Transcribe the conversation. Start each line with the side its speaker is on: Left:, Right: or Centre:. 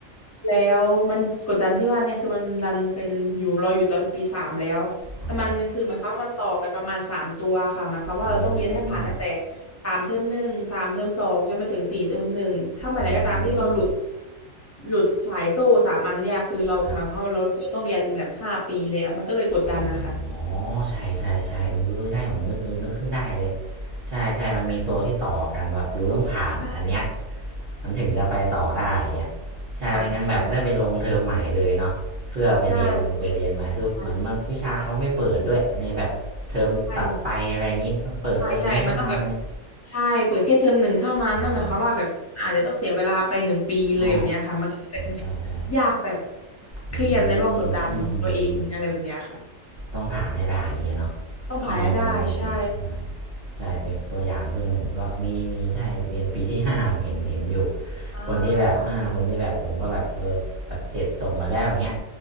Left: แล้วมันกดดันที่ว่าเนี่ยคือมันดันเป็นอยู่เราอยู่ตอนปีสามแล้ว
Right: อ๋อ
Left: แต่มันคือหมายความว่ามันต่อกันประมาณสามตัวค่ะหมายความว่าเราต้องเรียนให้ผ่านตั้งแต่
Right: อืม
Left: สามเทอมหนึ่งสามเทอมสองจนไปถึงสี่เทอมหนึ่งถ้าเมื่อไหร่ก็ตามที่เราหลุด
Right: อืม
Left: หลุดสายโซ่สามอันเนี่ยคือเราหมายความว่าเราเราต้องเรียนแบบห้าปีแล้วมันก็เลยกดดันนะคะ
Right: ครับ อ๋อ ใช่ใช่ใช่เออใช่ผมนึกเออนึกขึ้นได้เลยใช่ใช่มันมีตัวที่ต่อกันแบบยูต้องผ่าน
Left: ใช่
Right: อันเนี้ยมันถึงจะไปต่อได้อย่างเงี้ยใช่ไม่งั้นแบบได้ไปลงเทอมใหม่เลยเนาะเพื่อไปเรียน
Left: อ่ะใช่ใช
Right: ไปเรียนใหม่คือเหมือนมันวิชาเขาไม่เปิดด้วยในแบบเทอมตัดไปอะไรอย่างงี้ต้องเปิดเทอมนี้เท่านั้นเลย
Left: ่ ใช่ใช่ใช่ มันต้องแบบใช่เปิดแค่เทอมหนึ่งเท่านั้น
Right: อ๋อ
Left: นั่นหมายความว่าแบบอาจจะต้องเสียเวลาไปหนึ่งปีเลยแบบเนี้ยค่ะ
Right: อ๋อ
Left: มันก็เลยเป็น
Right: ใช่ใช่
Left: ยากแบบเครียดแล้วก็กดดันตัวเองอะไรแบบเนี้ยค่ะ
Right: อืมอืม ต้องผ่านให้ได้าเงี้ยเนาะ
Left: ต้องผ่านให้ได้
Right: อ๋อ
Left: ใช่
Right: ใช่ใช่เป็นตัวอย่างเพื่อนผมก็มีมีใช่เรียนปีที่ <laughs> ห้าผมเห็นเห็นอยู่
Left: อ่า
Right: คนที่แบบอ่าคนที่แบบผมก็แบบเออแบบเจ็ดจบมาแล้วอย่างเงี้ย
Left: ค่ะ